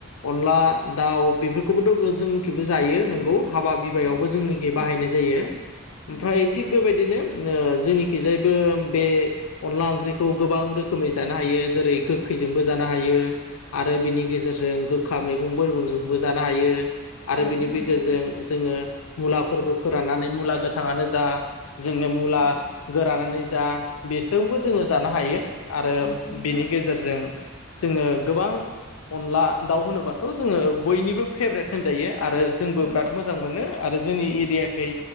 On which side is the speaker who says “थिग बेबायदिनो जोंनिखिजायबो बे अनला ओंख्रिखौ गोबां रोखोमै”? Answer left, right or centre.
Left